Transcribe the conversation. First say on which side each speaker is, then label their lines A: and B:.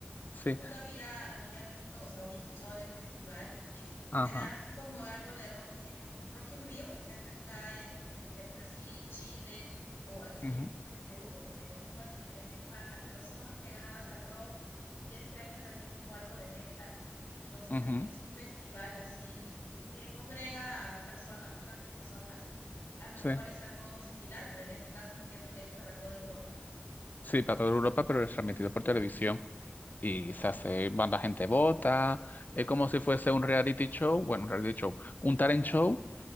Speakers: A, on the left (about 45°); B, on the left (about 80°).
A: Sí,
B: nunca había, había visto, o sea, había escuchado del festival. Es,
A: ajá.
B: será así como algo de Rock in, Rock in Rio que se hace acá en, entre Brasil, Chile, o este
A: ujú,
B: año se hizo en Perú, donde agrupan diferentes bandas, pero son más pegadas al rock. Y este año también hubo algo de metal. Entonces
A: ujú,
B: también es un festival así que, que congrega a personas, bastantes personas. A lo
A: sí.
B: mejor es algo similar, pero en este caso entiendo que es para toda Europa.
A: Sí, para toda Europa, pero es transmitido por televisión y se
B: Ah,
A: hace, van la gente vota, es como si fuese un reality show, bueno, un reality show, un talent show,